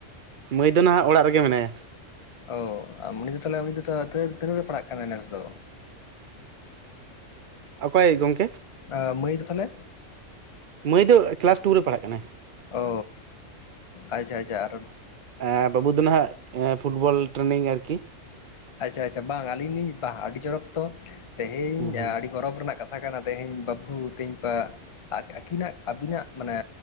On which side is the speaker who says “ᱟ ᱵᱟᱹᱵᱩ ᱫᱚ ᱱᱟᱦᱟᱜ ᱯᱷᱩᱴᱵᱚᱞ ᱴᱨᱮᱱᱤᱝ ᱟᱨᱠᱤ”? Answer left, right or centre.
Right